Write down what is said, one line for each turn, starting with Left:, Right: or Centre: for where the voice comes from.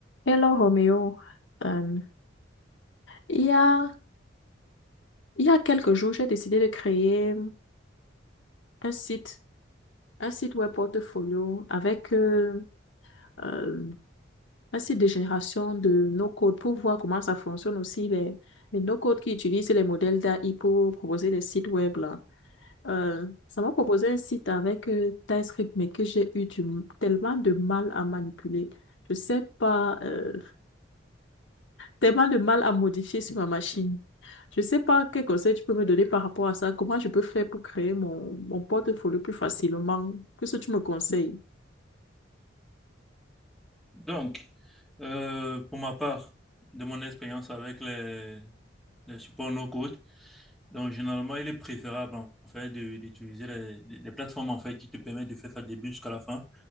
Left: Hello Roméo, Euh, il y a, il y a quelques jours, j'ai décidé de créer un site, un site web portfolio avec euh, euh, un site de génération de no-code pour voir comment ça fonctionne aussi, les, les no-code qui utilisent les modèles d'AI pour proposer des sites web là. Euh, ça m'a proposé un site avec euh, TypeScript, mais que j'ai eu du- tellement de mal à manipuler. Je sais pas, euh, tellement de mal à modifier sur ma machine. Je ne sais pas quel conseil tu peux me donner par rapport à ça. Comment je peux faire pour créer mon, mon portfolio plus facilement? Qu'est-ce que tu me conseilles?
Centre: Donc, euh, pour ma part, de mon expérience avec les, les supports no-code, donc généralement, il est préférable en fait de- d'utiliser les, les- les plateformes en fait qui te permettent de faire ça du début jusqu'à la fin.